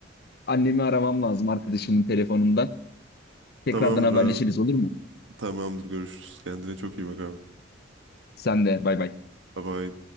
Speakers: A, on the left; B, on the right.
A: annemi aramam lazım arkadaşımın telefonundan. Tekrardan
B: Tamamdır
A: haberleşiriz
B: abi.
A: olur mu?
B: Tamamdır görüşürüz. Kendine çok iyi bak abi.
A: Sen de bay bay.
B: Bye bye.